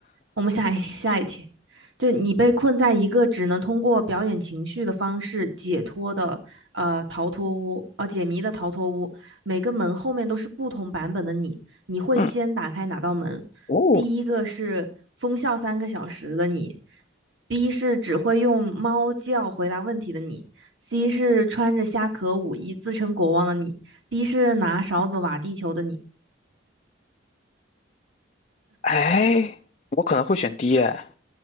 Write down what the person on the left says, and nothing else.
嗯，哦，
哎，我可能会选 D 哎。